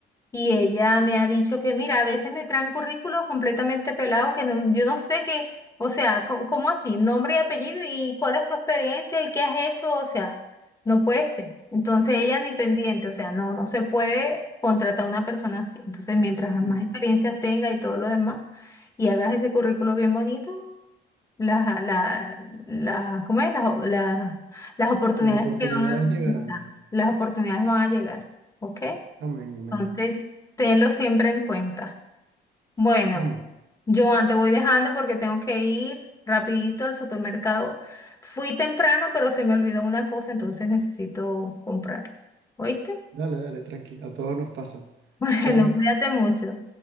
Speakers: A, on the left; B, on the right.
A: y ella me ha dicho que, mira, a veces me traen currículos completamente pelados que no- yo no sé qué, o sea, co- ¿cómo así? Nombre y apellido y cuál es tu experiencia y qué has hecho, o sea, no puede ser. Entonces ella ni pendiente, o sea, no, no se puede contratar a una persona así. Entonces, mientras
B: Sí.
A: más experiencias tenga y todo lo demás, y hagas ese currículo bien bonito la, la, la- ¿cómo es? Las, o- la- las oportunidades
B: Las oportunidades
A: que van a,
B: llegarán.
A: exacto, las oportunidades van a llegar, ¿ok?
B: Amén, amén.
A: Entonces, tenlo siempre en cuenta. Bueno,
B: Amén.
A: yo antes voy dejando porque tengo que ir rapidito al supermercado. Fui temprano, pero se me olvidó una cosa, entonces necesito comprarla. ¿Oíste? <laughs>
B: Dale, dale, tranqui. A todos nos pasa.
A: Bueno,
B: Chao.
A: cuídate mucho.